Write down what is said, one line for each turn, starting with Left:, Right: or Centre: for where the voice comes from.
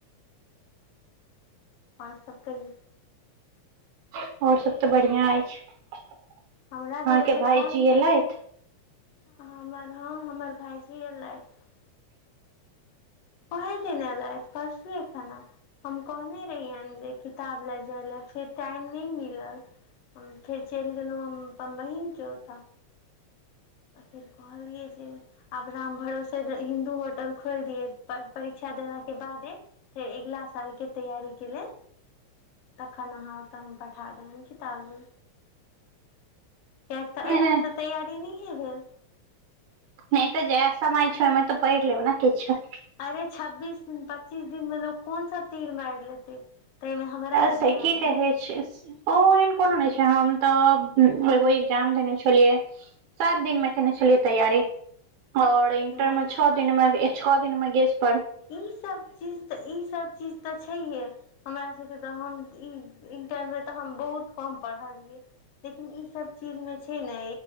Left: आओर सभ कहियो
Right: आओर सब तऽ बढ़िआँ अछि अहाँके
Left: हमरा भेल जे
Right: भायजी
Left: फोन कर
Right: एलथि
Left: हमर हँ हमर भायजी एलथि ओहे दिन छलैथ परसूए खना हम कहने रहियनि जे किताब लए जाय लए फेर टाइम नहि मिलत हम फेर चलि गेलहुँ हम अपन बहीनके ओतय फिर कहलियै जे आब राम भरोसे हिन्दू होटल खोलि दियौ परीक्षा देला के बादे फेर अगिला साल के तैयारी के लेल तखन अहाँ ओतय हम पठा देबनि किताबमे कियकि तऽ
Right: नहि
Left: एहि
Right: नहि
Left: बेेर तऽ तैयारी नहिये भेल
Right: नहि तऽ जेह समय छै ओहिमे तऽ पढ़ि लेब ने किछु
Left: अरे छब्बीस दिन पच्चीस दिनमे लोक कोन सा तीर मारि लेतै ताहिमे हमरा
Right: तऽ
Left: जेहन
Right: की
Left: आदमी
Right: कहै छिये से ओ एहन कोनो नहि छै हम तब एगो एग्जाम देने छलियै सात दिन मे केने छलियै तैयारी और इंटर
Left: नहि
Right: मे छओ दिन मे छओ दिन मे गेस्ट
Left: ई सब चीज तऽ ई सब चीज तऽ छैहे हमरा सबके तऽ हम ई इंटर मे तऽ हम बहुत कम पढ़लियै लेकिन ईसभ चीजमे छै ने